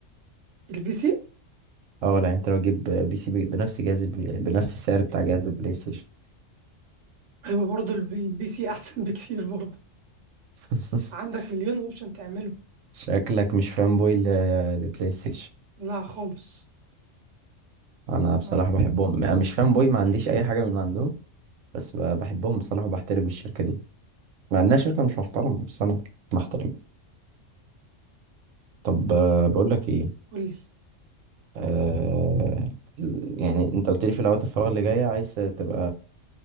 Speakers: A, on the right; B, on the right.
A: البي سي
B: اه لا انت لو تجيب بي سي بي- بنفس جهاز البي... بنفس السعر بتاع جهاز البلاي ستيشن
A: هيبقى برضه البي البي سي أحسن <laughs> بكتير برضه
B: <laughs>
A: عندك مليون أوبشن تعمله
B: شكلك مش فان بوي ل- للبلاي ستيشن
A: لا خالص
B: انا
A: آه
B: بصراحه بحبهم انا مش فان بوي ما عنديش اي حاجه من عندهم بس ب- بحبهم بصراحة وبحترم الشركة دي مع إنها شركة مش محترمة بس أنا محترم طب آه، بقول لك إيه
A: قولي
B: آه يعني أنت قلت لي في الأوقات الفراغ اللي جاية عايز تبقى